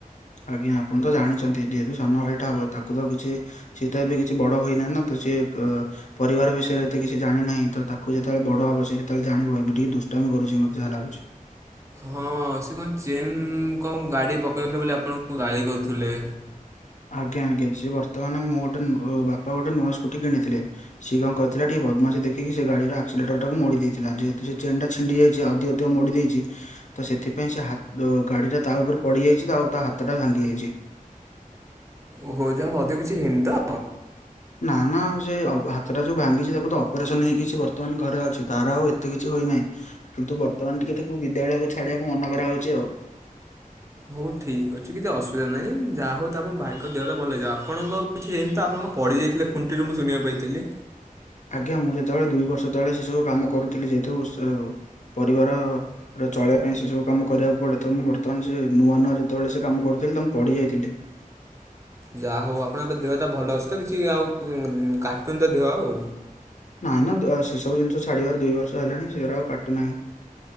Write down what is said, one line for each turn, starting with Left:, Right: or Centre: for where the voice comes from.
Left: ଆଜ୍ଞା ଆପଣ ତ ଜାଣିଛନ୍ତି ଯେହେତୁ ସାନ ଭାଇଟା ହବ ତାକୁ ତ କିଛି। ସେ ତ ଏବେ କିଛି ବଡ ହୋଇନାହିଁ ନା ତ ସେ ଅ ପରିବାର ବିଷୟରେ ଏତେ କିଛି ଜାଣିନାହିଁ ତ ତାକୁ ଯେତେବେଳେ ବଡ଼ ହବ ସେତେବେଳେ ଜାଣିବ ଏବେ ଟିକେ ଦୁଷ୍ଟାମି କରୁଛି ମତେ ଯାହା ଲାଗୁଛି।
Right: ହଁ ସେ କଣ ଚେନ୍ କଣ ଗାଡି ପକେଇନ ଥିଲେ ବୋଲି ଆପଣଙ୍କୁ ଗାଳି କରୁଥିଲେ।
Left: ଆଜ୍ଞା ଆଜ୍ଞା ସିଏ ବର୍ତ୍ତମାନ ମୁଁ ଗୋଟେ ବାପା ଗୋଟେ ନୂଆ ସ୍କୁଟି କିଣିଥିଲେ। ସିଏ କଣ କରିଥିଲା ଟିକେ ବଦମାସୀ ଦେଖିକି ସେ ଗାଡିର ଆକ୍ସିଲେଟରଟାକୁ ମୋଡି ଦେଇଥିଲା ଯେହେତୁ ସେ ଚେନ୍ ଟା ଛିଣ୍ଡି ଯାଇଛି ଅଧିକ ଅଧିକ ମୋଡି ଦେଇଛି। ତ ସେଥିପାଇଁ ସେ ଗାଡିଟା ତା ଉପରେ ପଡି ଯାଇଛି ତ ଆଉ ତା ହାତଟା ଭାଙ୍ଗି ଯାଇଛି।
Right: ଓହୋ, ଯାହା ଅଧିକ କିଛି ହେଇନି ତ?
Left: ନା ନା ସେ ହାତଟା ଯୋଉ ଭାଙ୍ଗିଛି ତାକୁ ତ ଅପରେସନ ହେଇ କିଛି ବର୍ତ୍ତମାନ ଘରେ ଅଛି ତାର ଆଉ ଏତେ କିଛି ହୋଇନାହିଁ। କିନ୍ତୁ ବର୍ତ୍ତମାନ ଟିକେ ତାକୁ ବିଦ୍ୟାଳୟକୁ ଛାଡିବାକୁ ମନ କରା ହଉଚି ଆଉ।
Right: ହଉ ଠିକ୍ ଅଛି କିଛି ଅସୁବିଧା ନାହିଁ ଯାହା ହଉ ତା ଭାଇଙ୍କ ଦେହଟା ଭଲ ହେଇଯିବ ଆପଣଙ୍କ କିଛି ହେଇନି ତ ତ ଆପଣ କଁ ପଡ଼ିଯାଇଥିଲେ ଖୁଣ୍ଟିରୁ ମୁଁ ଶୁଣିବାକୁ ପାଇଥିଲି।
Left: ଆଜ୍ଞା ମୁଁ ଯେତେବେଳେ ଦୁଇବର୍ଷ ତଳେ ସେସବୁ କାମ କରୁଥିଲି ଯେହେତୁ ସୁ ପରିବାର ଚଳିବା ପାଇଁ ସେ ସବୁ କାମ କରିବାକୁ ପଡେ ତ ମୁଁ ବର୍ତ୍ତମାନ ସେ ନୂଆ ନୂଆ ଯେତେବେଳେ ସେ କାମ କରୁଥିଲି ତ ମୁଁ ପଡିି ଯାଇଥିଲି।
Right: ଯାହା ହଉ ଆପଣଙ୍କଏବେ ଦେହଟା ଭଲ ଅଛି ତ? କିଛି ଆଉ କାଟୁନି ତ ଦେହ ଆଉ?
Left: ନାଇଁ ନା ସେ ସବୁ ଜିନିଷ ଛାଡିବାର ଦୁଇବର୍ଷ ହେଲାଣି ସେଉରା ଆଉ କାଟୁ ନାହିଁ।